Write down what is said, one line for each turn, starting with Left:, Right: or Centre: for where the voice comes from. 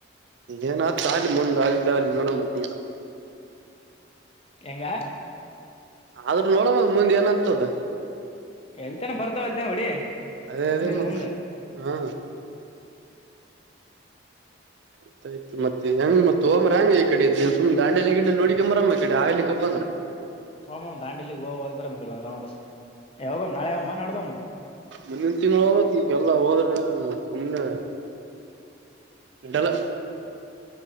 Right: ಏನ್ತ ತಾಣ ಮುಂದ್ ಆದ್ದ ಅ ನೋಡ ಮತ್ತೆ ಏನತ
Left: ಎಂಗ
Right: ಆದ್ರ ನೋಡ ಮುಂದೆ ಏನಾಗ್ತದ
Left: ಎಲ್ತಾನ ಬರ್ತಾವ ಅಲ್ತಾನ ಹೊಡಿ
Right: ಅದೇ
Left: ಮುಂದಿನ
Right: ಅದೇ ಮತ್ತೆ
Left: ಮುಂದೆ
Right: ಹಾ ಆಯ್ ಆಯ್ತತ್ ಹೆಂಗ್ ಮತ್ ಹೋರ ಹೆಂಗ ಈ ಕಡೆ ಸುಡಲಿ ಗಿಂಡಲ್ಲಿ ನೋಡಕ್ರಮ್ಮ ಈ ಕಡೆ ಆಲಿ ಕ <inaudible>
Left: ಹಓ ದಾಂಡಲಿ ಹ ಹೋಗ್ ಬರ ಒಂದ್ ರೌಂಡ್ಗ್ ನಾಳೆ ಹಮ್ಮ ನಡ್ದಮ್ಮ
Right: ಮುಂದಿನ್ ತಿಂಗಳು ಹೋಗ್ಬೇಕು ಈಗೆಲ್ಲ ಹೋದ್ರೆ ಸುಮ್ನೆ ಗಟಲ್ಲ <inaudible>